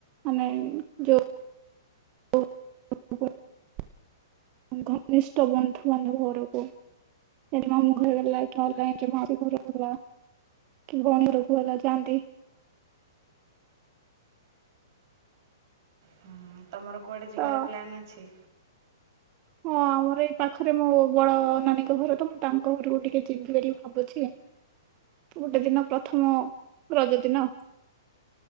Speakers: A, on the right; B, on the right.
A: ମାନେ ଯୋଉ <unintelligible> ଘନିଷ୍ଠ ବନ୍ଧୁ ବାନ୍ଧବ ଘରକୁ। ସେଠି ମାମୁଁ ଘର ଗଲ କି <unintelligible> ମାଉସି ଘର ଗଲ କି ଭଉଣୀ ଘର କୁ <unintelligible> ଯାଆନ୍ତି।
B: ହୁଁ ତମର କୁଆଡେ ଯିବାର
A: ତ
B: ପ୍ଲନ୍ ଅଛି?
A: ହଁ ଆମର ଏଇ ପାଖରେ ମୋ ବଡ ନାନୀଙ୍କ ଘର ତ ମୁଁ ତାଙ୍କ ଘରକୁ ଟିକେ ଯିବି ବୋଲି ଭାବୁଛି।
B: ହ
A: ଗୋଟେ ଦିନ ପ୍ରଥମ ରଜ ଦିନ।